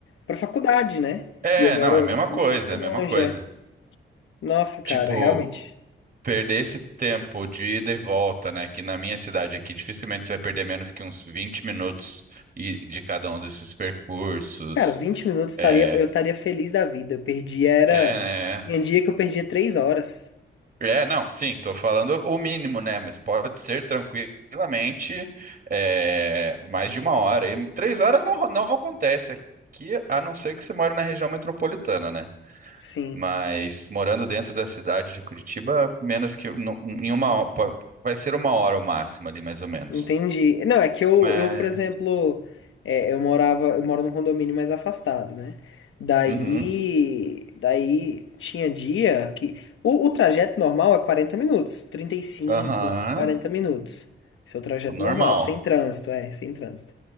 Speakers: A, on the left; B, on the right.
A: pra faculdade, né?
B: É,
A: E eu moro
B: não, é a mesma
A: um
B: coisa,
A: pouco
B: é
A: longe,
B: a mesma coisa.
A: é. Nossa, cara,
B: Tipo,
A: realmente.
B: perder esse tempo de ida e volta, né? Que na minha cidade aqui, dificilmente você vai perder menos que uns 20 minutos e- de cada um desses percursos.
A: Cara, vinte minutos estaria,
B: É,
A: eu estaria feliz da vida. Eu perdi era.
B: é, né?
A: Tem dia que eu perdia 3 horas.
B: É, não, sim, tô falando o mínimo, né? Mas pode ser tranquilamente é, mais de uma hora. E três horas não, não acontece aqui, a não ser que você mora na região metropolitana, né?
A: Sim.
B: Mas morando dentro da cidade de Curitiba, menos que no- em uma hora, po- vai ser uma hora o máximo ali, mais ou menos.
A: Entendi. Não, é que eu,
B: Mas.
A: eu por exemplo, é, eu morava, eu moro num condomínio mais afastado, né? Daí,
B: Uhum.
A: daí tinha dia que o, o trajeto normal é 40 minutos, trinta e cinco
B: Aham.
A: 40 minutos. Esse é o trajeto
B: O normal.
A: normal, sem trânsito, é, sem trânsito.